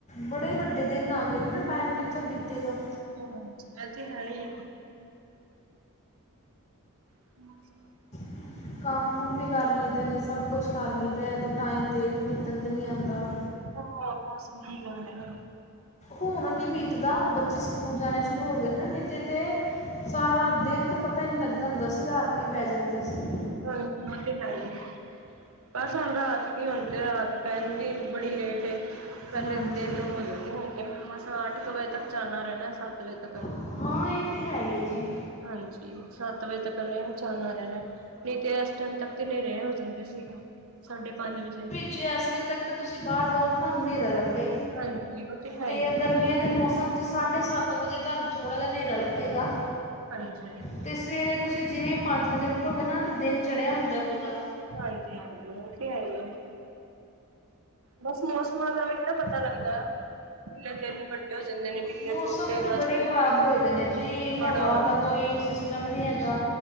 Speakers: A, on the left; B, on the right.
A: ਬੜੇ ਵੱਡੇ ਦਿਨ ਆ ਗਏ ਨੇ ਨਾ ਟਾਈਮ ਕਿੱਥੋਂ ਬੀਤੇਗਾ।
B: ਉਹ ਹਾਂਜੀ ਇਹ ਤੇ ਹੈ ਹੀ। <unintelligible>
A: <inaudible> ਕੰਮ ਕੁਮ ਵੀ ਕਰ ਲਈਦੇ ਨੇ ਸਭ ਕੁਛ ਕਰ ਲਈਦਾ ਅਤੇ ਟਾਈਮ 'ਤੇ ਵੀ ਬੀਤਣ ਤੇ ਨਹੀਂ ਆਉਂਦਾ।
B: ਹੋਰ ਬਸ ਹੁਣ ਕੀ ਕਰਨਾ
A: ਹੁਣ ਨਹੀਂ ਬੀਤਦਾ ਹੁਣ ਬੱਚੇ ਸਕੂਲ ਜਾਣੇ ਸ਼ੁਰੂ ਹੋ ਗਏ ਨੇ ਨਹੀਂ ਤੇ ਤੇ। ਸਾਰਾ ਦਿਨ ਤਾਂ ਪਤਾ ਹੀ ਨਹੀਂ ਲੱਗਦਾ ਹੁੰਦਾ ਸੀ ਰਾਤ ਵੀ ਪੈ ਜਾਂਦੀ ਸੀ।
B: ਹਾਂਜੀ ਉਹ ਤੇ ਹੈ ਹੀ ਬਸ ਹੁਣ ਰਾਤ ਕੀ ਹੁਣ ਤੇ ਰਾਤ ਪੈਦੀ ਬੜੀ ਲੇਟ ਹੈ। ਪਹਿਲੇ
A: ਹਾਂਜੀ
B: ਦਿਨ ਹੋ ਜਾਂਦੀ ਹੁਣ ਤੇ ਮਸਾਂ ਅੱਠ ਕੁ ਵਜੇ ਤੱਕ ਚਾਨਣਾ ਰਹਿਣਾ ਸੱਤ ਕ ਵਜੇ ਤੱਕ।
A: ਹਾਂ ਇਹ ਤੇ ਹੈ ਹੀ ਹੈ ਜੀ।
B: ਹਾਂਜੀ, ਸੱਤ ਵਜੇ ਤੱਕਨ ਚਾਨਣਾ ਰਹਿਣਾ ਨਹੀਂ ਤੇ ਇਸ ਟਾਈਮ ਤੱਕ ਤੇ ਹਨੇਰੇ ਹੋ ਜਾਂਦਾ। ਸੀਗਾ ਸਾਢੇ ਪੰਜ ਵਜੇ।
A: ਜੇ ਇਸ ਲਈ ਤੱਕ ਤੁਸੀਂ ਬਾਹਰ ਜਾਓ ਤਾਂ ਤੁਹਾਨੂੰ ਹਨੇਰਾ ਲੱਭੇ
B: ਹਾਂਜੀ ਉਹ ਹੈ
A: ਤੇ
B: ਹੀ
A: ਗਰਮੀਆਂ
B: ਆ
A: ਦੇ ਮੌਸਮ ਚ ਸਾਢੇ ਸੱਤ ਵਜੇ ਤੁਹਾਨੂੰ ਥੋੜ੍ਹਾ ਜ ਨੇਰਾ ਲੱਗੇਗਾ
B: ਹਾਂਜੀ
A: ਅਤੇ ਸਵੇਰੇ ਤੁਸੀਂ ਜਿਵੇਂ ਪੰਜ ਵਜੇ ਉੱਠੋਗੇ ਨਾ ਤਾਂ ਦਿਨ ਚੜ੍ਹਿਆ ਹੁੰਦਾ ਪੂਰਾ
B: ਹਾਂਜੀ ਹਾਂਜੀ ਉਹ ਤੇ ਹੈ ਹੀ ਏ ਬਸ ਮੌਸਮਾਂ ਦਾ ਵੀ ਨਈ ਨਾ ਪਤਾ ਲੱਗਦਾ ਕਿੰਨੇ ਦਿਨ ਵੱਡੇ ਹੋ ਜਾਂਦੇ ਨੇ ਕਿੰਨੇ
A: ਮੌਸਮ
B: ਛੋਟੇ
A: ਤੇ
B: ਬਸ
A: ਬੜੇ ਖ਼ਰਾਬ ਹੋਏ ਦੇ ਨੇ ਜੀ ਹਵਾ
B: ਬੜਾ
A: ਦਾ ਕੋਈ ਦਮ ਨੀ ਹੈਗਾ